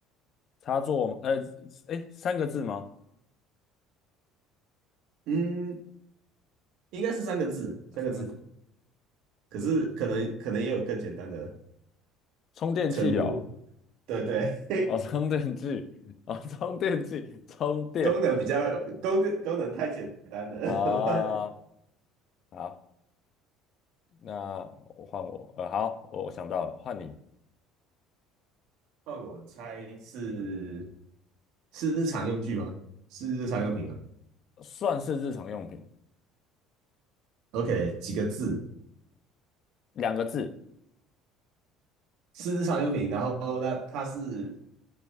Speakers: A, on the left (about 50°); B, on the right (about 65°).
A: 插座吗？呃，哎，三个字吗？
B: 嗯，应该是三个字，三个字。
A: 三个字。
B: 可是可能可能也有更简单的
A: 充电器哦，
B: 称呼。对对，
A: 哦，充电器，哦，充电器，充电
B: <laughs> 功能比较功能功能太简单了。
A: 啊。好，那我换我。呃，好，我我想到了，换你。
B: <laughs> 换我猜是是日常用具吗？是日常用品吗
A: 算是日常用品，
B: ？OK，几个字？
A: 两个字。
B: 是日常用品，然后那它是